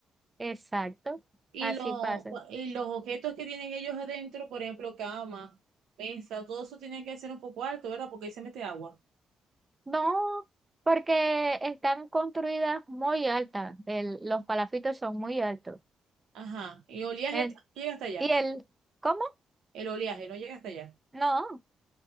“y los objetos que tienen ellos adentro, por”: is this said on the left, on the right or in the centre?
Right